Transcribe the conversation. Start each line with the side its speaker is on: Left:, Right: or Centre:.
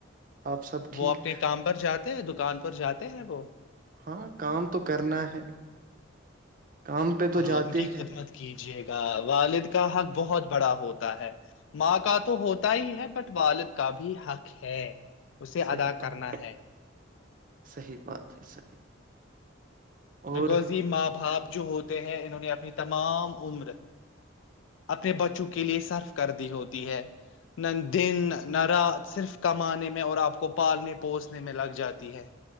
Right: آپ سب
Left: وہ
Right: ٹھیک
Left: اپنے کام پر جاتے ہیں دکان پ پر جاتے ہیں وہ
Right: ہاں کام تو کرنا ہے کام پہ تو
Left: ہاں
Right: جاتے
Left: ان کی خدمت
Right: ہیں
Left: کیجیے گا والد کا حق بہت بڑا ہوتا ہے ماں کا تو ہوتا ہی ہے بٹ والد کا بھی حق ہے اسے
Right: صحیح
Left: ادا
Right: بات
Left: کرنا ہے
Right: صحیح بات ہے صحیح اور
Left: بکوز ہی ماں باپ <unintelligible> جو ہوتے ہیں انہوں نے اپنی تمام عمر <unintelligible> اپنے بچوں کے لیے صرف کر دی ہوتی ہے نہ دن نہ رات صرف کمانے میں اور آپ کو پالنے پوسنے میں لگ جاتی ہے